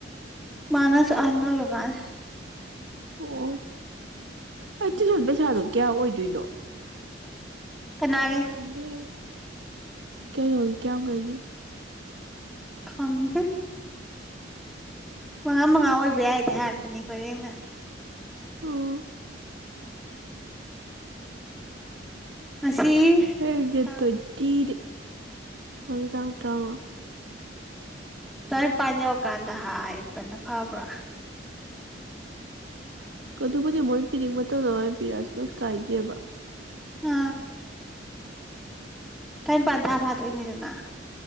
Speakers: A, in the centre; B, on the right.
A: ꯃꯥꯅꯁꯨ ꯑꯍꯟ ꯑꯣꯏꯕ ꯃꯥꯜꯂꯦ
B: ꯑꯣ ꯑꯩ ꯇ꯭ꯌꯨꯁꯟ ꯄꯩꯁꯥꯗꯣ ꯀꯌꯥ ꯑꯣꯏꯗꯣꯏꯅꯣ
A: ꯀꯅꯥꯒꯤ
B: ꯑꯩꯁꯨ ꯈꯪꯗꯦ ꯀꯩꯅꯣꯒꯤ ꯀꯤꯌꯝ ꯒꯩꯒꯤ
A: ꯈꯪꯗꯦ ꯃꯉꯥ ꯃꯉꯥ ꯑꯣꯏꯕ ꯌꯥꯏꯗꯤ ꯍꯥꯏꯔꯛꯄꯅꯦ ꯄꯔꯦꯡꯅ
B: ꯑꯣ
A: ꯉꯁꯤ
B: ꯍꯥꯌꯦꯡ ꯗꯦꯠ
A: ꯇꯥꯡ
B: ꯇꯣꯏꯟꯇꯤ ꯉꯥꯁꯤ ꯇꯥꯡ ꯇꯥꯔꯥꯎꯉꯥ
A: ꯇ꯭ꯔꯥꯏꯝꯄꯥꯟ ꯌꯧꯔ ꯀꯥꯟꯗ ꯍꯥꯏꯔꯅ ꯐꯕ꯭ꯔꯥ
B: ꯀꯗꯨꯕꯨꯗꯤ ꯃꯣꯏ ꯄꯤꯅꯤꯡꯕ ꯃꯇꯝꯗ ꯃꯥꯏ ꯄꯤꯔꯛꯑꯁꯨ ꯀꯩꯁꯨ ꯀꯥꯏꯗꯦꯕ
A: ꯑꯥ ꯇ꯭ꯔꯥꯏꯝꯄꯥꯟ ꯊꯥ ꯐꯥꯗꯣꯢ ꯅꯤꯗꯅ